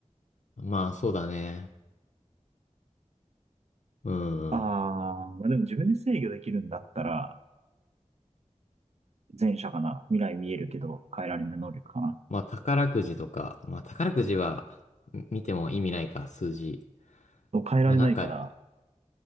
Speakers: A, on the left (about 70°); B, on the right (about 60°).
A: まあ、そうだね。うん、
B: ああ、
A: うん。
B: まあ、でも自分で制御できるんだったら、前者かな。未来見えるけど、変えられない能力かな。
A: まあ、宝くじとか、まあ、宝くじはん見ても意味ないか、数字。
B: そう変えられないから、
A: まあ、なんか、